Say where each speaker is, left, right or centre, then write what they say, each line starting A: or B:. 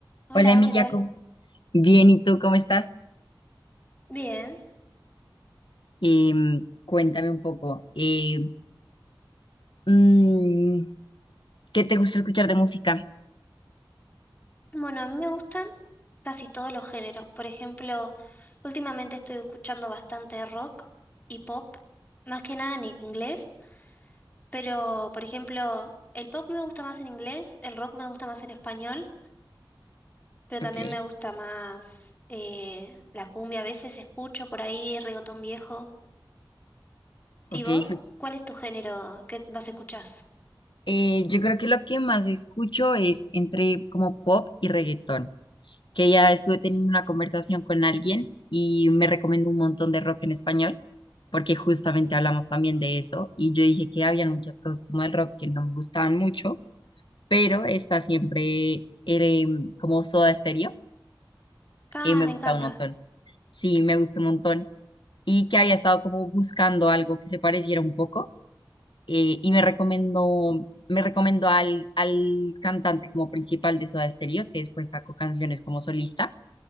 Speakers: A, on the left; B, on the left.
A: Hola,
B: Hola, mi
A: ¿qué
B: Jacob.
A: tal?
B: Bien, ¿y tú cómo estás?
A: Bien.
B: Em, cuéntame un poco. eh, mm, ¿qué te gusta escuchar de música?
A: Bueno, a mí me gustan casi todos los géneros. Por ejemplo, últimamente estoy escuchando bastante rock y pop, más que nada en inglés, pero por ejemplo, el pop me gusta más en inglés, el rock me gusta más en español, pero también
B: Ok,
A: me gusta más eh, la cumbia. A veces escucho por ahí reggaetón viejo. ¿Y
B: ok.
A: vos?
B: so-
A: ¿Cuál es tu género que vas a escuchar?
B: eh, yo creo que lo que más escucho es entre como pop y reggaetón, que ya estuve teniendo una conversación con alguien y me recomendó un montón de rock en español, porque justamente hablamos también de eso y yo dije que había muchas cosas como el rock que no me gustaban mucho, pero está siempre eh, como Soda Stereo.
A: Ah,
B: y me
A: me
B: gusta
A: encanta.
B: un montón. Sí, me gusta un montón. Y que había estado como buscando algo que se pareciera un poco. eh, y me recomendó, me recomendó al, al cantante como principal de Soda Stereo, que después sacó canciones como solista.